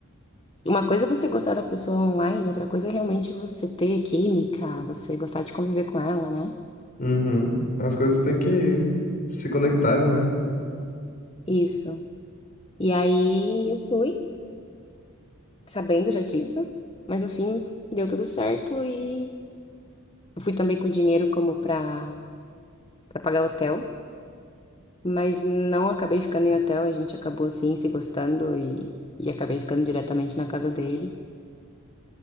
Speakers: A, on the left; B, on the left.
A: uma coisa é você gostar da pessoa online, outra coisa é realmente você ter química, você gostar de conviver com ela, né?
B: Uhum. As coisas têm que se conectarem, né?
A: Isso. E aí eu fui, sabendo já disso, mas no fim deu tudo certo e eu fui também com dinheiro como pra, pra pagar hotel, mas não acabei ficando em hotel, a gente acabou assim se gostando e, e acabei ficando diretamente na casa dele.